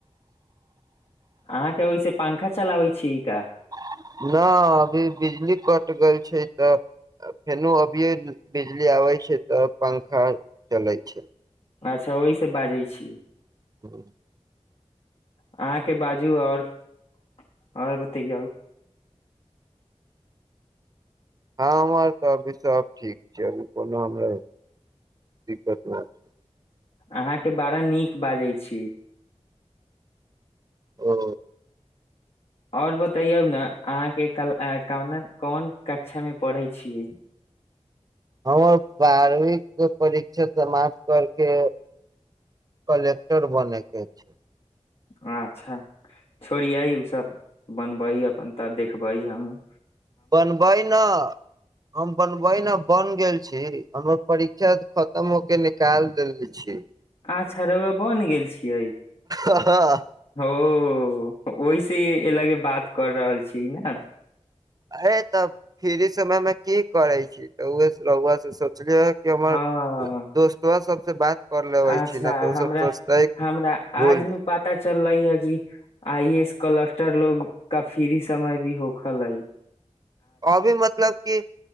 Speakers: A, on the left; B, on the right.
A: अहाँके ओहिसे पंखा चलाबै छी का
B: नहि अभी बिजली कट गेल छै तऽ फेनो अभिये बिजली आबै छै तऽ पंखा चलै छै
A: अच्छा ओहिसँ बाजै छी
B: ह्म
A: अहाँके बाजू आओर आओर बतै
B: हँ हमर त सब ठीक छै अभी कोना हमरा दिक्कत नहि छै,
A: अहाँके बारा नीक बाजै, छी
B: छै ओ
A: आओर बतै ने अहाँके क कोन कक्षा मे पढ़ै छियै
B: हमर बारहवीं परीक्षा समाप्त करके कलेक्टर बनयके छै,।
A: अच्छा छोड़िय ओसभ बनबै अपन त देखबै हमूँ
B: बनबै ने। हम बनबै न बन गेल छी हमर परीक्षा खतम हो के निकाल देले छी
A: अच्छा रुआ बनि गेल छी
B: अरे
A: ओहिस अ ल बात कर रहल छी न
B: हे तब फ्री समय मे की करे छी त रुआ सब केँ बुलि कि हमर
A: हँ
B: दोस्त सब से बात कर लेबे
A: अच्छा
B: छी न तऽ ओ
A: हमरा
B: सब सोचते
A: हमरा
B: भूल
A: आज न पता चललै ह कि आइ ए एस कलक र लोग का फ्री समय भी होख लई
B: अभी मतलब की